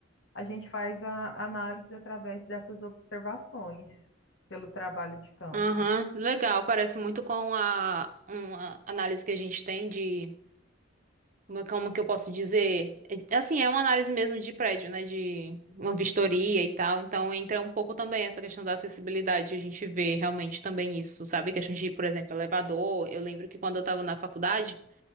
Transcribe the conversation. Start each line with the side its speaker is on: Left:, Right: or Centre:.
Left: a gente faz a análise através dessas observações pelo trabalho de campo.
Right: Aham, legal. Parece muito com a uma análise que a gente tem de como, é como que eu posso dizer? É, Assim, é uma análise mesmo de prédio, né? De uma vistoria e tal. Então entra um pouco também essa questão da acessibilidade. A gente vê realmente também isso, sabe? Questão de, por exemplo, elevador. Eu lembro que quando eu tava na faculdade,